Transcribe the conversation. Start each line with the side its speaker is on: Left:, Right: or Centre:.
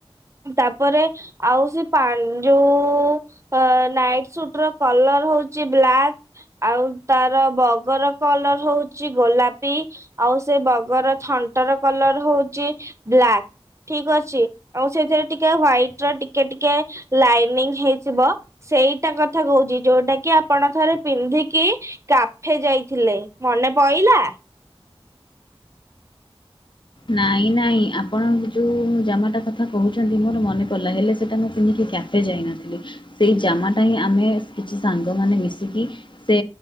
Right: ତାପରେ ଆଉ ସେ ପା ଯୋଉ ଅ ନାଇଟ୍ ସୁଟ ର କଲର ହଉଛି ବ୍ଲାକ୍। ଆଉ ତାର ବଗର କଲର ହଉଛି ଗୋଲାପି। ଆଉ ସେ ବଗର ଥଣ୍ଟର କଲର ହଉଛି ବ୍ଲାକ୍ ଠିକ ଅ ଆଉ ସେଥିରେ ଟିକେ ହ୍ଵାଇଟ ର ଟିକେ ଟିକେ ଲାଇନିଂ ହେଇଯିବ। ସେଇଟା କଥା କହୁଛି ଯୋଉଟା କି ଆପଣ ଥରେ ପିନ୍ଧିକି କାଫେ ଯାଇଥିଲେ ମନେ ପଇଲା।
Left: ନାଇଁ ନାଇଁ ଆପଣ ଯେଉଁ ଜାମାଟା କଥା କହୁଛନ୍ତି ମୋର ମନେ ପଡ଼ିଲା ହେଲେ ସେଇଟା ମୁଁ ପିନ୍ଧିକି ଯ ଯାଇନଥିଲି ସେଇ ଜାମାଟା ହିଁ ଆମେ କିଛି ସାଙ୍ଗମାନେ ମିଶିକି ସେ